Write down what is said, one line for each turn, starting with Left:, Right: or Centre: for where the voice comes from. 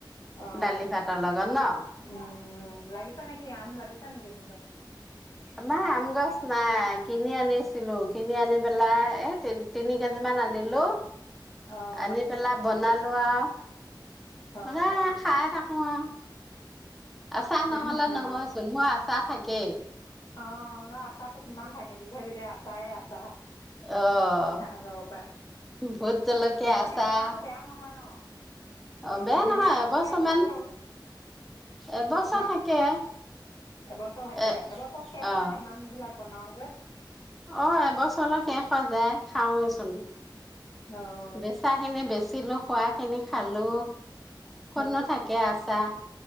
Left: অ
Centre: দালি ভাতৰ লগত ন'
Left: উম উ লাগিছে নেকি আম লাগিছো নেকি কিন্তু
Centre: আমাৰ আম গছ নাই কিনি আনিছিলো কিনি আনি পেলাই এ তি তিনি কেজি মান আনিলো
Left: অ'
Centre: আনি পেলাই বনালো। খোৱা
Left: অ'
Centre: খানে খাইে থাকো আৰু আচা নহলে
Left: অ'
Centre: নহয় চোন মই আচা থাকি। এক
Left: অ ন আচাটো কিমান থাকে বিধে বিধে আচায়ে আছা।
Centre: অ'
Left: চা আগৰ পৰাই
Centre: ভোট জলকীয়া
Left: বেছিকে
Centre: আচাৰ
Left: বনালো বেয়া নহয় ন কি
Centre: অ' বেয়া
Left: ভেনেগাৰ
Centre: নহয় এবছৰমান
Left: চেনেগাৰ দি থলেই হ'ল
Centre: এবছৰ
Left: হা
Centre: থাকে।
Left: এবছৰ থাকে
Centre: এ
Left: এবছৰ শেষ হয়
Centre: অ'
Left: ন ইমান বিলাক। বনাওঁজে
Centre: অ এবছৰলৈ শেষ হৈ যায় খাওৱেচোন
Left: অ'
Centre: বেচাখিনি বেছি কিলো খোৱা কিনি খালো
Left: অ',
Centre: কোন নো থাকে আছা